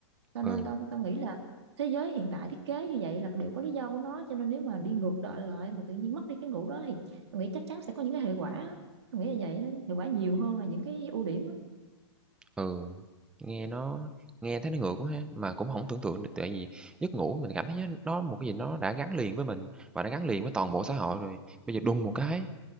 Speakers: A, on the right; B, in the centre.
A: cho nên
B: Ừ.
A: tao tao nghĩ là thế giới hiện tại thiết kế như vậy là đều có lý do của nó cho nên nếu mà đi ngược đợi lại mà tự nhiên mất đi cái ngủ đó thì tao nghĩ chắc chắn sẽ có những cái hệ quả á. tao nghĩ là vậy đó hệ quả nhiều hơn là những cái ưu điểm á.
B: Ừ, nghe nó nghe thấy nó ngược quá ha, mà cũng không tưởng tượng được tại vì giấc ngủ mình cảm thấy nó nó một cái gì nó đã gắn liền với mình và nó gắn liền với toàn bộ xã hội rồi. Bây giờ đùng một cái,